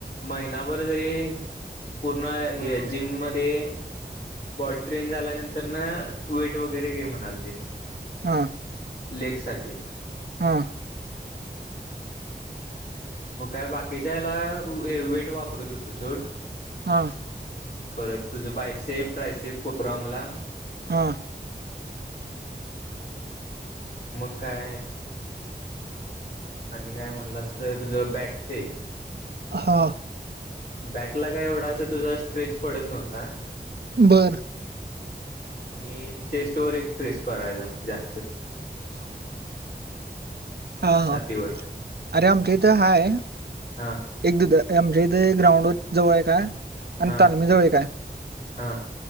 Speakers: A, on the left; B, on the right.
A: महिनाभर जरी पूर्ण हे जिममध्ये बॉडी ट्रेन झाल्यानंतर ना वेट वगैरे घे म्हनले ते
B: हा
A: लेग साठी
B: हा
A: मग काय बाकीच्या याला वेट वापरत होतो सोड
B: हा
A: परत तुझं बायसेफ ड्रायसेफ फुफ्रोम ला
B: हा
A: मग काय आणि काय म्हटलास तर ज बॅकचे एक
B: हा
A: बॅकला काय एवढा असं तुझा स्ट्रेच पडत नव्हता
B: बर
A: आणि चेस्ट वर एक ट्रेस बघा यचा जास्त
B: <unintelligible> हा हा
A: छातीवर
B: अरे आमच्या इथं हाय
A: हा
B: एक दुध आमच्या इथे ग्राउंड जवळ आहे का आणि
A: हा
B: तालमीजवळएक काय
A: हा